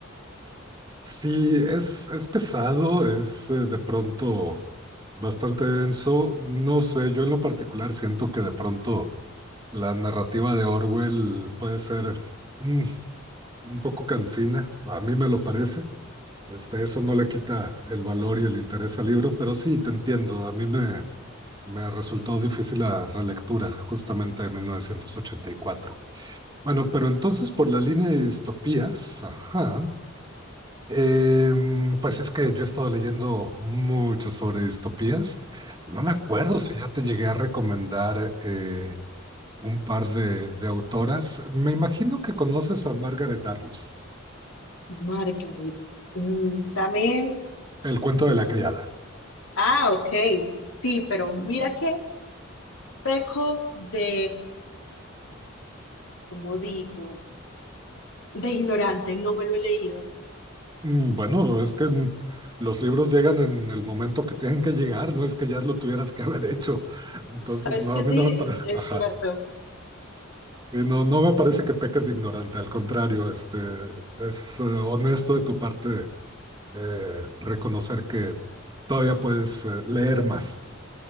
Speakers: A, on the right; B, on the left.
A: Sí, es, es pesado, es eh, de pronto bastante denso. No sé, yo en lo particular siento que de pronto la narrativa de Orwell puede ser mm, un poco cansina, a mí me lo
B: Ujú.
A: parece. Este, eso no le quita el valor y el interés al libro, pero sí, te entiendo, a mí me, me resultó difícil la relectura justamente de 1984. Bueno, pero entonces por la línea de distopías, ajá. Em, pues es que yo he estado leyendo mucho sobre distopías. No me acuerdo si ya te llegué a recomendar eh, un par de, de autoras. Me imagino que conoces a Margaret Atwood,
B: Ujú, Margaret. Mm, dame
A: El cuento de la
B: una-
A: criada.
B: Ah, ok. Sí, pero mira qué peco de, ¿cómo digo? De ignorante, no me lo he leído.
A: Mm, Bueno, es que en- los libros llegan en el momento que tienen que llegar, no es que ya lo tuvieras que haber hecho. Entonces,
B: Sabes
A: no,
B: que
A: a
B: sí,
A: mí no me parece,
B: es, es
A: ajá.
B: cierto.
A: Sí, no, no me parece que peques de ignorante, al contrario, este, es eh, honesto de tu parte eh, reconocer que todavía puedes eh, leer más.